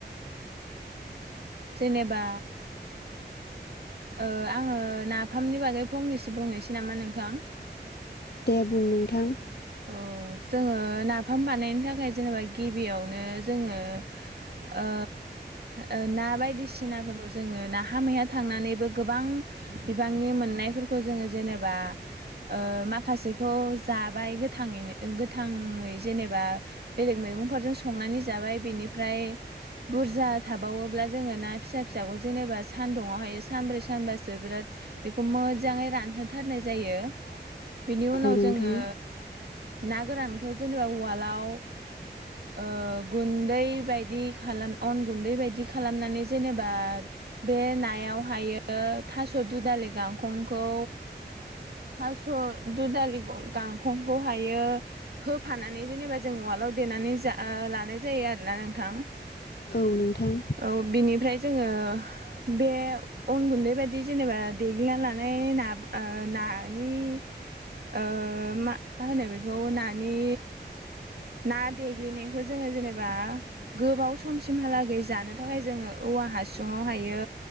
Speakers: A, on the right (about 65°); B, on the left (about 65°).
A: जेनेबा ओ आङो नाफामनि बागै फंनैसो बुंनोसै नामा नोंथां।
B: दे बुं नोंथां।
A: औ जोङो नाफाम बानायनो थाखाय जेनेबा गिबियावनो जोङो ओ ओ ना बायदिसिनाफोरखौ जोङो नाहा मैहा थांनानैबो गोबां बिबांनि मोननायफोरखौ जोङो जेनेबा ओ माखासेखौ जाबाय गो गोथाङैनो गोथाङै जेनेबा बेलेग मैगंफोरजों संनानै जाबाय बेनिफ्राय बुरजा थाबावोब्ला जोङो ना फिसा फिसाखौ जेनेबा सानदुुंआव हायो सानब्रै सानबासो बिराद बेखौ मोजाङै रानहो थारनाय जायो बेनि उनाव
B: औ नोंथां
A: जोङो ना गोरानखौ जेनेबा उवालाव ओ गुन्दै बायदि खालाम अन गुन्दै बायदि खालामनानै जेनेबा बे नायाव हायो ओ थास' दुदालि गांखंखौ थास' दुदालि गं गां फंखौ हायो होफानानै जेनेबा जों उवालाव देनानै जा ओ लानाय जायो आरोना नोंथां।
B: औ नोंथां
A: औ बिनिफ्राय जोङो आह बे अन गुन्दैबायदि बिदि जेनेबा देगलिना लानाय ना ओ नानि ओ मा मा होनो बेखौ नानि ना देग्लिनायखौ जोङो जेनेबा गोबाव समसिमहालागै जानो थाखाय जोङो औवा हासुङाव हायो